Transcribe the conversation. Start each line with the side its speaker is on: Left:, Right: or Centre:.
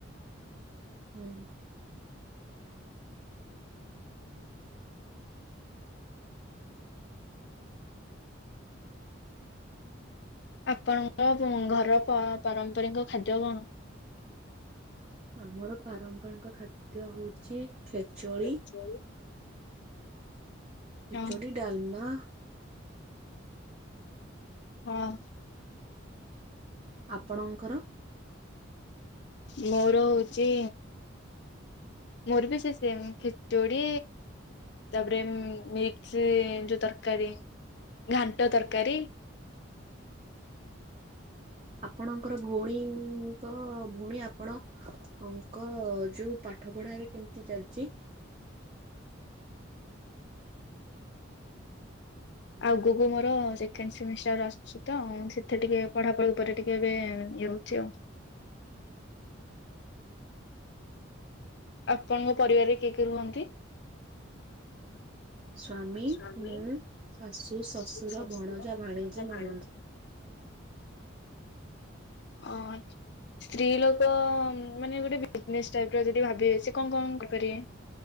Right: ହୁଁ।
Left: ଆପଣଙ୍କ ଘର ପ ପାରମ୍ପରିକ ଖାଦ୍ୟ କଣ?
Right: ଆମର ପାରମ୍ପରିକ ଖାଦ୍ୟ ହଉଛି ଖେଚଡ଼ି।
Left: ଖେଚୋଡ଼ି।
Right: ଖେଚୁଡ଼ି
Left: ହଁ
Right: ଡାଲମା।
Left: ହଁ।
Right: ଆପଣଙ୍କର
Left: ମୋର ହଉଚି ମୋର ବି ସେ ସେମ୍ ଖିଚୁଡି ତାପରେ ଉଁ, ମିକ୍ସି ଯୋଉ ତରକାରୀ, ଘାଣ୍ଟ ତରକାରୀ।
Right: ଆପଣଙ୍କର ଭଉଣୀଙ୍କ ଭଉଣୀ ଆ ଆପଣ ଅଙ୍କ ଯୋଉ ପାଠ ପଢା ଏବେ କେମିତି ଚାଲିଛି?
Left: ଆଗକୁ ମୋର ସେକେଣ୍ଡ ସେମିଷ୍ଟାର ଆସୁଛି ତ। ସେଥିରେ ଟିକେ ପଢାପଢି ଉପରେ ଟିକେ ଏବେ ଇଏ ହଉଚି ଆଉ। ଆପଣଙ୍କ ପରିବାରରେ କିଏ କିଏ ରୁହନ୍ତି?
Right: ସ୍ଵାମୀ,
Left: ସ୍ୱାମୀ,
Right: ମୁଁ, ଶାଶୁ, ଶ୍ୱଶୁର
Left: ଶାଶୁ, ଶଶୁର,
Right: ଭଣଜା, ଭାଣିଜି,
Left: ଭାଣିଜୀ।
Right: ନଣନ୍ଦ।
Left: ଓ ସ୍ତ୍ରୀ ଲୋକ ମାନେ ଗୋଟେ ବିଜନେସ୍ ଟାଇପ୍ ର ଯଦି ଭାବିବେ ସେ କଣ କଣ କରିପାରିବେ?